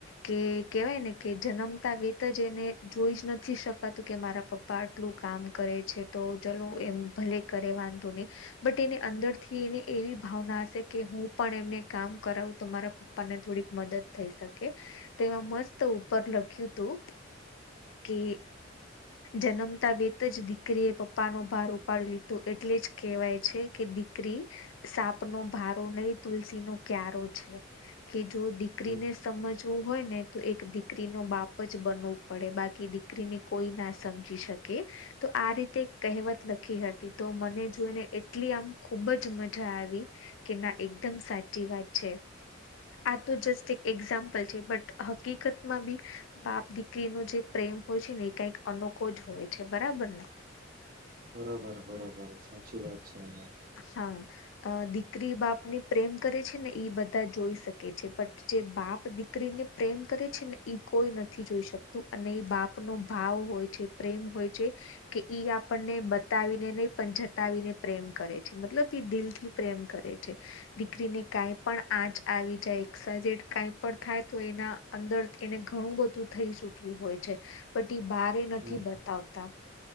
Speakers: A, on the left; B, on the right.
A: કે કેહેવાય ને કે જન્મતા વેત જ એને જોઈ જ નથી શકાતું કે મારા પપ્પા આટલું કામ કરે છે તો ચલો એમ ભલે કરે વાંધો નહી બટ એની અંદરથી એને એવી ભાવના હશે કે હું પણ એમને કામ કરાવું તો મારા પપ્પાને થોડીક મદદ થઈ શકે તેમાં મસ્ત ઉપર લખ્યું હતું કે જન્મતા વેત જ દીકરીએ પપ્પાનોો ભાર ઉપાડી લીધું એટલે જ કેહેવાય છે કે દ ીરી સાપ નો ભારો નહી તુલસી નો ક્યારો છે કે જો દીકરીને
B: હમ
A: સમજ જો હોય ને તો એક દીકરી નો બાપ જ બનવું પડે બાકી દીકરીને કોઈ ના સમજી શકે તો આ રીતે કહેવત લખી હતી તો મને જોઈને એટલી આમ ખુબ જ મજા આવી કે ના એકદમ સાચી વાત છે આ તો જસ્ટ એક એક્ઝામ્પલ છે બટ હકીકતમાં બી બાપ દીકરીનો જે પ્રેમ હોય છે ને એ કઈક અનોખો જ હોય છે બરાબર ને
B: બરોબર બરોબર સાચી વાત અશાલ્લા
A: હા અ દીકરી બાપ ને પ્રેમ કરે છે ને એ બધા જોઈ શકે છે બટ જે બાપ દીકરીને પ્રેમ કરે છે ને ઈ કોઈ નથી જોઈ શકતું અને એ બાપનોો ભાવ હોય છે પ્રેમ હોય છે કે ઈ આપણને બતાવીને નહીં પણ જતાવીને પ્રેમ કરે છે મતલબ એ દિલ થી પ્રેમ કરે છે દીકરીને કાઈ પણ આંચ આવી જાય એક્સાડ કઈ પણ થાય તો એના અંદર એને ઘણું બધું થઈ ચુક્યું હોય છે બટ એ બારે નથી
B: હમ
A: બતાવતા